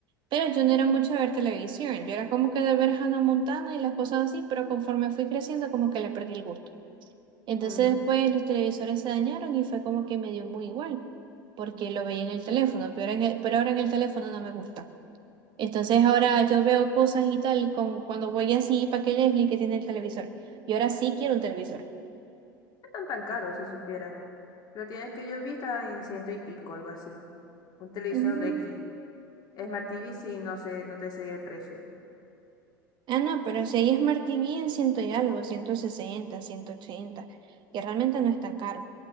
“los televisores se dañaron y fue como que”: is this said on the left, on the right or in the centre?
Right